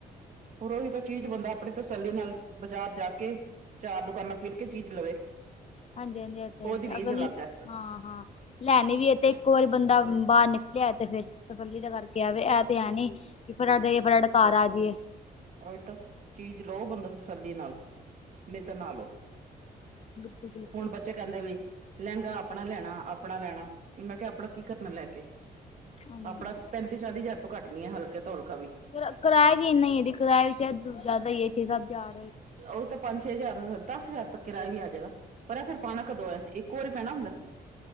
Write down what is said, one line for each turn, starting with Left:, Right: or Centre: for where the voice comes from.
Right: ਹੋਰ ਉਹੀ ਤਾਂ ਚੀਜ਼ ਬੰਦਾ ਆਪਣੀ ਤਸੱਲੀ ਨਾਲ ਬਾਜ਼ਾਰ ਜਾ ਕੇ ਚਾਰ ਦੁਕਾਨਾਂ ਫਿਰ ਕੇ ਚੀਜ ਲਵੇ
Left: ਹਾਂਜੀ ਹਾਂਜੀ ਏਹ ਤਾਂ
Right: ਉਹਦੀ
Left: ਹੈ ਹੀ ਏ
Right: ਰੀਸ
Left: ਅਗਰ
Right: ਅਲੱਗ ਹੈ
Left: ਹਾਂ ਹਾਂ ਲੈਣੀ ਵੀ ਹੈ ਤੇ ਇੱਕੋ ਵਾਰੀ ਬੰਦਾ ਬਾਹਰ ਨਿਕਲਿਆ ਤੇ ਫਿਰ ਤਸੱਲੀ ਤਾ ਕਰਕੇ ਆਵੇ ਇਹ ਤੇ ਹੈ ਨੀ ਕੀ ਫਟਾਫਟ ਗਈ ਏ ਫਟਾਫਟ ਘਰ ਆ ਜੀਏ
Right: ਓਹੀ ਤੋਂ ਚੀਜ਼ ਲਓ ਬੰਦਾ ਤਸੱਲੀ ਨਾਲ ਨਹੀਂ ਤਾਂ ਨਾ ਲਓ
Left: ਬਿਲਕੁਲ ਬਿਲਕੁਲ
Right: ਹੁਣ ਬੱਚੇ ਕਹਿੰਦੇ ਵੀ ਲਹਿੰਗਾ ਆਪਣਾ ਲੈਣਾ ਆਪਣਾ ਲੈਣਾ ਮੈਂ ਕਿਹਾ ਆਪਣਾ ਕੀ ਕਰਨਾ ਲੈ ਕੇ
Left: ਹਾਂਜੀ
Right: ਆਪਣਾ ਪੈਂਤੀ ਚਾਲੀ ਹਜ਼ਾਰ ਤੋਂ ਘੱਟ ਨੀ ਹੈ ਹਲਕੇ ਤੋਂ ਹਲਕਾ ਵੀ
Left: <unintelligible> ਜਿਆਦਾ ਹੀ ਏ ਛੇ ਸੱਤ ਹਜਾਰ
Right: ਉਹੀ ਤਾਂ ਪੰਜ ਛੇ ਹਜ਼ਾਰ ਦਸ ਹਜ਼ਾਰ ਤੱਕ ਕਿਰਾਇਆ ਵੀ ਆ ਜਾਏਗਾ ਪਰ ਫ਼ੇਰ ਪਾਣਾ ਕਦੋਂ ਹੈ ਇੱਕੋ ਵਾਰੀ ਪੈਣਾ ਹੁੰਦਾ